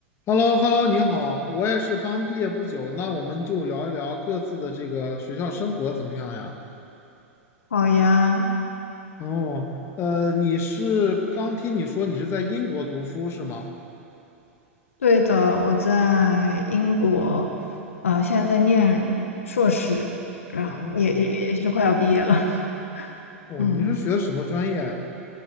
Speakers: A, on the left; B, on the left.
A: h e l l o h e l l o 你好，我也是刚毕业不久，那我们就聊一聊各自的这个学校生活怎么样呀？
B: 好呀，
A: 哦，呃，你是刚听你说你是在英国读书是吗？
B: 对的，我在英国，呃，现在在念硕士，然后也也也是快要毕业了。
A: 哦
B: <laughs>
A: 哦，
B: 嗯，
A: 你是学什么专业啊？